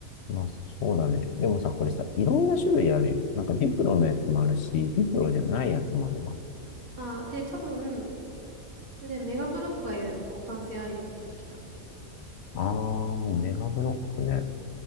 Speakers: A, on the left (about 60°); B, on the right (about 75°).
A: まあ、そうだね。でもさ、これさ、いろんな種類あるよ。なんかディプロのやつもあるし、ディプロじゃないやつもあるわ。
B: あー、で、多分、で、メガブロックは互換性ありって出てきた。
A: あー、メガブロックね。